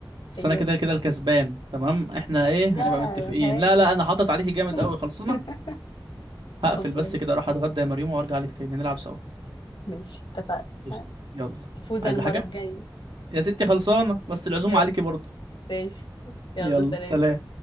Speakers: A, on the right; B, on the left.
A: بس
B: ايوه
A: انا كده كده الكسبان تمام احنا ايه هنبقى
B: لا
A: متفقين
B: ما فيهاش
A: لا لا انا حاطط عليكي جامد
B: <laughs>
A: قوي خلصنا هقفل
B: خلصانة
A: بس كده اروح اتغدى يا مريم وارجع لك تاني نلعب سوا
B: ماشي اتفقنا
A: قشطة. يلا
B: هفوز
A: عايزة
B: انا المرة
A: حاجة
B: الجاية
A: يا ستي خلصانة بس العزومة
B: يلا
A: عليكي برضه
B: ماشي يلا
A: يلا
B: سلام
A: سلام